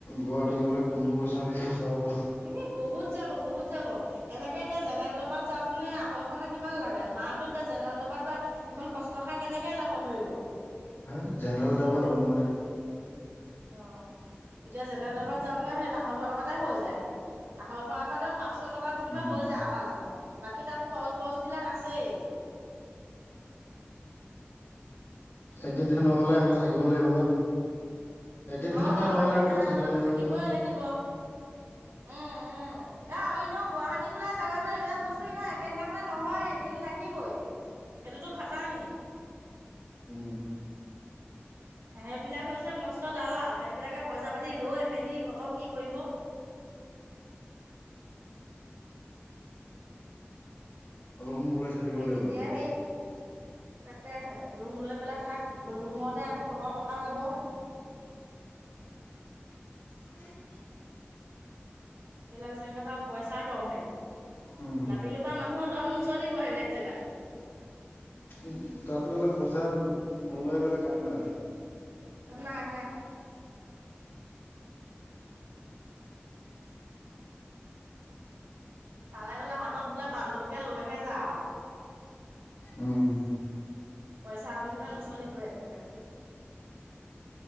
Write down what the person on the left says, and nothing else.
গুৱাহাটী গ'লে কমটো পইচা খৰচা হ
অ' জেলনেৰেল দবাত যাব নোৱাৰি
উম
একেদিন নহলে আকৌ থাকিব লাগিব না একেদিনাই
নহ'লে
আকৌ
থাকিব
লাগিব
নহয়।
উম
ৰুম লৈ থাকিব
লাগিব
আকৌ।
উ'ম।
উম,
উ'ম তাত গ'লে পইচা নলৈ গ'লে কাম নাই আৰু
উম।